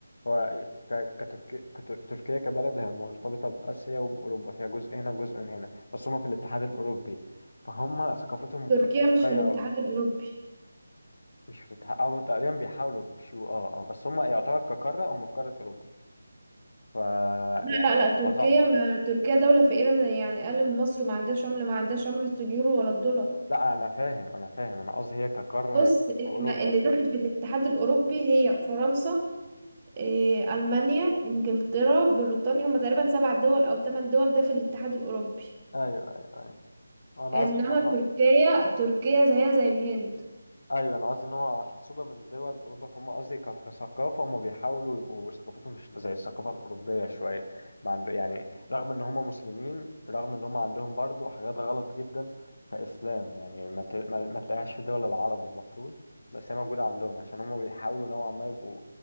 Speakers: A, on the left; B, on the right.
A: هو ك- كتركي- كت- تركيا كبلد هي مرتبطة بآسيا وبأوروبا فيها جزء هنا وجزء من هنا بس هم في الاتحاد الأوروبي فهم ثقافتهم مختلفة
B: تركيا
A: شوية
B: مش في الاتحاد الأوروبي
A: مش في الاتحاد أو تقريبا بيحاولوا يخشوه اه اه بس هم يعتبر كقارة هم في قارة أوروبا ف
B: لا
A: يعني
B: لا لا تركيا
A: معظمها
B: ما تركيا دولة فقيرة زي يعني أقل من مصر ما عندهاش عملة ما عندهاش عملة اليورو ولا الدولار
A: لا انا فاهم انا فاهم انا قصدي هي كقارة
B: بص
A: هي
B: اللي,
A: في اوروبا
B: ما اللي داخل في الاتحاد الأوروبي هي فرنسا إيه، ألمانيا إنجلترا بريطانيا هما تقريبا سبع دول أو ثمان دول ده في الاتحاد الأوروبي
A: ايوه ايوه ايوه انا
B: إنما
A: قصدي ان
B: تركيا
A: هم
B: تركيا زيها زي الهند
A: ايوه انا قصدي ان هو حسوبة من دول اوروبا فهم قصدي ك- كثقافة هم بيحاولوا يبقوا ثقافتهم مش زي الثقافة الاوروبية شوية ما عند- يعني رغم ان هم مسلمين رغم ان هم عندهم برضو حاجات غلط جدا كاسلام يعني ما ت- ما ما تلاقيهاش في دول العرب المفروض بس هي موجودة عندهم عشان هم بيحاولوا نوعا ما يبقوا